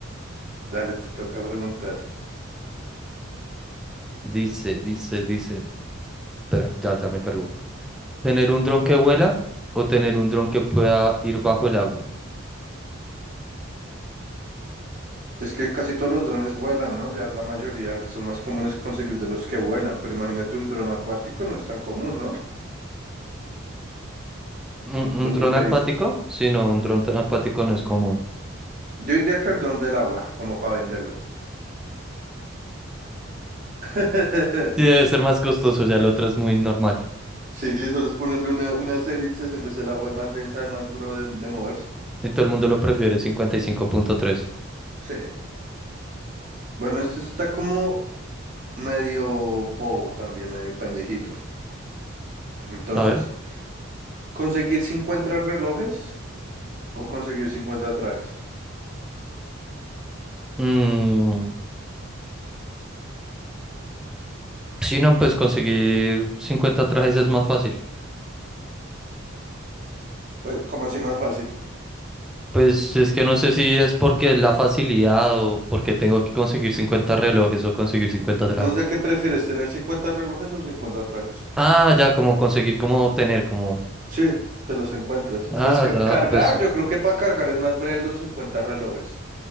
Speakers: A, on the right; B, in the centre.
A: Dale, te toca preguntar.
B: Dice, dice, dice. Espera, ya, ya me cargó. ¿Tener un dron que vuela o tener un dron que pueda ir bajo el agua?
A: Es que casi todos los drones vuelan, ¿no? Ya la mayoría son más comunes conseguir de los que vuelan, pero imagínate un dron acuático no es tan común, ¿no?
B: ¿Un, un
A: ¿O
B: dron
A: tú qué
B: acuático?
A: dices?
B: Sí, no, un dron tra- acuático no es común.
A: Yo diría que el dron del agua, como para venderlo. <laughs>
B: Sí, debe ser más costoso, ya la otra es muy normal.
A: Sí, sí, solo es ponerle una, unas hélices, en vez el agua es más densa, es más duro de, de moverse.
B: Y todo el mundo lo prefiere, 55.3.
A: Sí. Bueno, este está como medio bobo también, medio pendejito. Entonces,
B: A ver.
A: ¿conseguir 50 relojes o conseguir 50 trajes?
B: Mm, sí, no, pues conseguir 50 trajes es más fácil.
A: Pues, como así más fácil?
B: Pues es que no sé si es porque es la facilidad o porque tengo que conseguir cincuenta relojes o conseguir 50 trajes.
A: No sé qué prefieres, tener 50 relojes o 50 trajes.
B: Ah, ya, como conseguir, como tener, como...
A: Sí, te los encuentras.
B: Ah,
A: Pues ca-
B: da,
A: cargar,
B: pues
A: yo creo que para cargar es más breve los 50 relojes